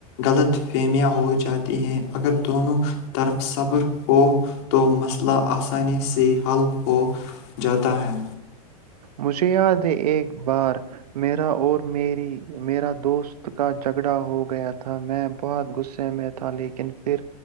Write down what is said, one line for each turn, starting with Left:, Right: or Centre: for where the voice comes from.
Left: غلط فہمیاں ہو جاتی ہیں اگر دونوں طرف صبر ہو تو مسئلہ آسانی سے حل ہو جاتا ہے
Right: مجھے یاد ہے ایک بار میرا اور میری میرا دوست کا جھگڑا ہو گیا تھا میں بہت غصے میں تھا لیکن پھر